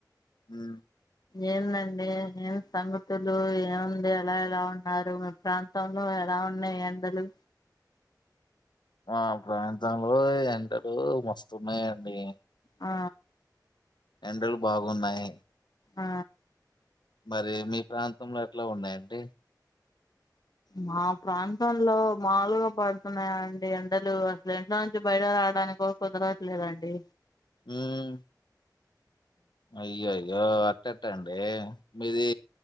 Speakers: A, on the left; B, on the left.
A: ఉ
B: ఏందండి ఏం సంగతులు ఏముంది అలా ఎలా ఉంట న్నారు మీ ప్రాంతంలో ఎలా ఉన్నాయి ఎండలు
A: మా ప్రాంతంలో ఎండాలు మస్తున్నాయంండి
B: ఆ
A: ఎండాలు బాగున్నాయి
B: ఆ
A: మరి మీ ప్రాంతంలో ఎట్లా ఉన్నాయండి
B: మా ప్రాంతంలో మమ్ములగా పడుతున్నాయా అండి ఎండలు అసలు ఇంట్లో నుంచి బయట రా రాడానికి కుదరవట్లేదండి
A: ఉమ్ అయ్యో అయ్యో అట్టట్టండి మీది